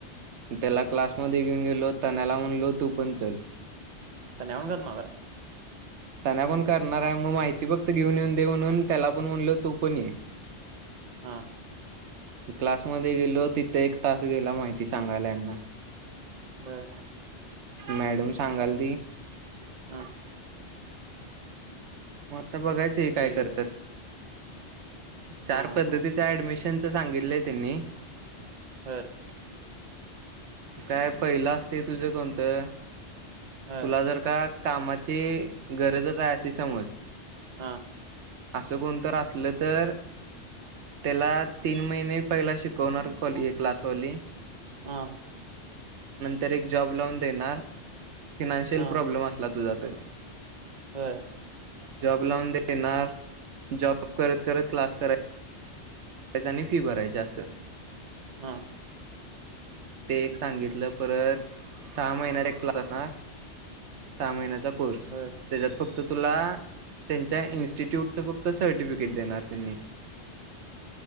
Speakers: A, on the right; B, on the right.
A: त्याला क्लासमध्ये घेऊन गेलो, तन्याला म्हणलो तू पण चल.
B: न <unintelligible> करणार हाय
A: तन्या पण करणारे, मग माहिती फक्त घेऊन, येऊन देउन त्याला पण म्हणल तू पण ये.
B: हा.
A: क्लासमध्ये गेलो तिथं एक तास गेला माहिती सांगायला ह्यांना.
B: बर.
A: मॅडम, सांगायल
B: ह.
A: मग आता बघायचं हे काय
B: ठीक
A: करतात.
B: आहे.
A: चार
B: हां,
A: पद्धतीच
B: हां.
A: ऍडमिशनच सांगितले त्यांनी.
B: बर.
A: काय पहिलं असतय तुझं कोणतं
B: हं.
A: तुला जर का कामाची गरजच आहे अशी समज,
B: हां.
A: असं कोणतर अस तर त्याला तीन महिने पहिला शिकवणार कॉले क्लासवाली,
B: हा.
A: तर एक जॉब लाउन देणार, फिनान्शियल
B: हां.
A: प्रॉब्लेम असला तुझा तर
B: बर.
A: जॉब लावून देणार जॉब करत करत क्लास कराय त्याजनी फी भरायची असं.
B: हा.
A: ते एक सांगितलं, परत सहा महिन्यात एक क्लास असा सहा महिन्या कोर्स
B: बर.
A: त्याच्यात फक्त तुला त्यांच्या इन्स्टिट्यूटच
B: हां.
A: फक्त सर्टिफिकेट देणार त्यांनी.